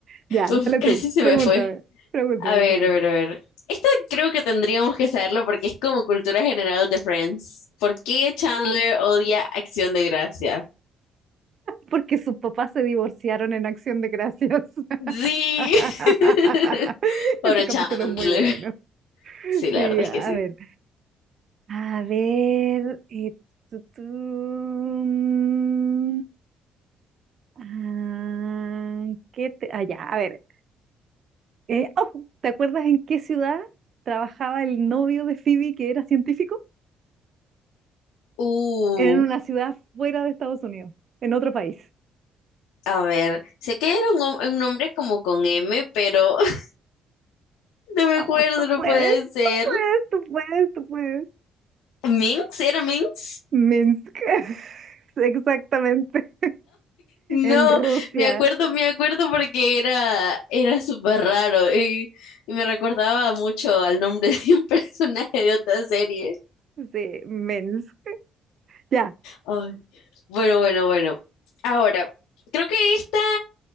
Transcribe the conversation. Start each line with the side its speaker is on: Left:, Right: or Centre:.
Right: Ya,
Left: Uf,
Right: dale
Left: casi
Right: tú.
Left: se
Right: Pregúntame,
Left: me fue.
Right: pregúntame,
Left: A ver,
Right: pregúntame.
Left: a ver, a ver. Esto creo que tendríamos que saberlo porque es como cultura general de Friends. ¿Por qué Chandler odia Acción de Gracia?
Right: Porque sus papás se divorciaron en Acción de Gracias.
Left: Sí.
Right: <laughs>
Left: <laughs> Pobre
Right: Ese capítulo
Left: Chandler.
Right: es muy bueno.
Left: Sí, la
Right: Sí,
Left: verdad es
Right: a
Left: que sí.
Right: ver. A ver. eh, tu, tu, mm, ah, ¿qué te... Ah, ya, a ver. Eh, oh, ¿te acuerdas en qué ciudad trabajaba el novio de Phoebe que era científico?
Left: Uh,
Right: Era En una ciudad fuera de Estados Unidos, en otro país.
Left: a ver. Sé que era un, hom- un nombre como con M, pero <laughs> no me
Right: Vamos,
Left: acuerdo,
Right: tú
Left: no
Right: puedes,
Left: puede ser.
Right: tú puedes, tú puedes.
Left: ¿Minx? ¿Era Minx?
Right: Minsk. <laughs> Exactamente.
Left: No,
Right: En Rusia.
Left: me acuerdo, me acuerdo porque era, era súper raro y, y me recordaba mucho al nombre de un <laughs> personaje de otra serie.
Right: Sí, Minsk. Ya.
Left: Ay, bueno, bueno, bueno. Ahora, creo que esta